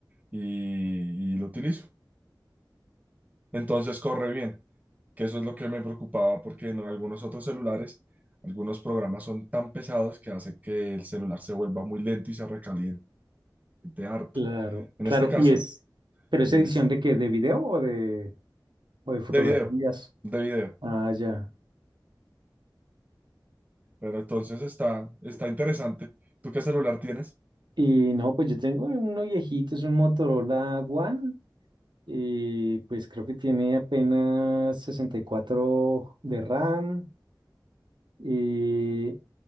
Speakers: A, on the right; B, on the right.
A: y, y lo utilizo. Entonces, corre bien, que eso es lo que me preocupaba porque en algunos otros celulares, algunos programas son tan pesados que hace que el celular se vuelva muy lento y se recaliente harto.
B: Claro,
A: En
B: claro.
A: este caso,
B: ¿Y es, pero es
A: es
B: edición de qué? ¿De video o de, o de fotografías?
A: de video, de video.
B: Ah, ya.
A: Pero entonces está, está interesante. ¿Tú qué celular tienes?
B: Y no, pues yo tengo uno viejito, es un Motorola One Y pues creo que tiene apenas 64 de RAM. eh,